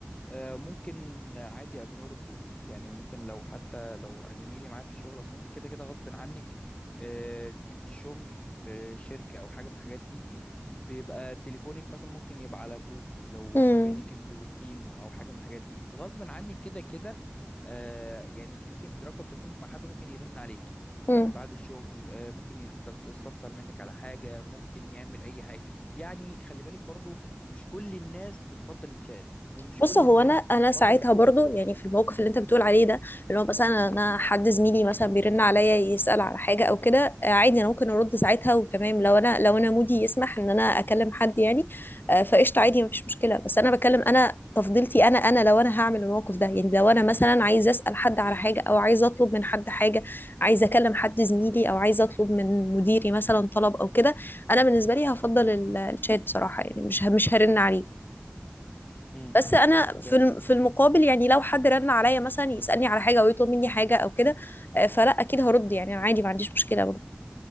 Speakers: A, on the left (about 25°); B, on the left (about 50°).
A: آه، ممكن عادي اجنور الكولز يعني ممكن لو حتى لو زميلي معايا في الشغل اصل انت كده كده غصب عنك آه، ت- في الشغل آه، شركه او حاجه من الحاجات دي بيبقى تليفونك مثلا ممكن يبقى على جروب لو
B: امم
A: ما بينك انت والتيم او حاجه من الحاجات دي غصب عنك كده كده آه، يعني انت ممكن رقم تليفونك مع حد ممكن يرن عليك
B: امم
A: بعد الشغل آه، ممكن يستف- يستفسر منك على حاجه ممكن يعمل اي حاجه يعني خلي بالك برضو مش كل الناس بتفضل الشات ومش
B: بص
A: كل
B: هو
A: الناس
B: انا انا
A: بتفضل
B: ساعتها
A: الكولز
B: برضو يعني في الموقف اللي انت بتقول عليه ده اللي هو مثلا انا حد زميلي مثلا بيرن عليا يسأل
A: مم.
B: على حاجه او كده آه، عادي انا ممكن ارد ساعتها وتمام لو انا لو انا مودي يسمح ان انا اكلم حد يعني آه، فقشطه
A: مم.
B: عادي مفيش مشكله بس انا بكلم انا تفضيلتي انا انا لو انا هعمل الموقف ده يعني لو انا مثلا عايزه اسال حد على حاجه او عايزه اطلب من حد حاجه عايزه اكلم حد زميلي او عايزه اطلب من مديري مثلا طلب او كده انا بالنسبه لي هفضل ال- الشات بصراحه يعني مش ه- مش هرن عليه
A: مم.
B: بس انا في
A: ده
B: الم- في المقابل يعني لو حد رن عليا مثلا يسالني على حاجه او يطلب مني حاجه او كده آه، فلا اكيد
A: مم.
B: هرد يعني انا عادي ما عنديش مشكله